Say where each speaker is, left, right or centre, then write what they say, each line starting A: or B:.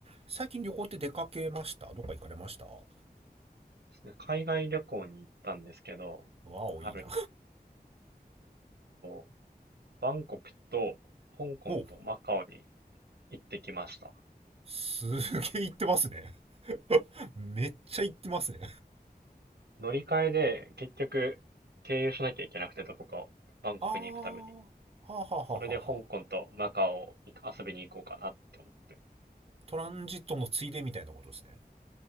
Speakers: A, on the right; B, on the right.
A: 最近旅行って出かけましたどっか行かれましたわ
B: ですね、海外旅行に行ったんですけど、
A: お、
B: 春に
A: いいな。
B: こう、バンコクと香港とマカオに
A: お
B: 行ってきました。
A: すげえ行ってますね。めっちゃ行ってますね。
B: 乗り換えで結局経由しなきゃいけなくてどこかを、バンコクに行くために。
A: あー、はあ、はあはあはあはあは
B: それで香港とマカオを行く遊びに行こうかなって思って。
A: トランジットのついでみたいなことですね。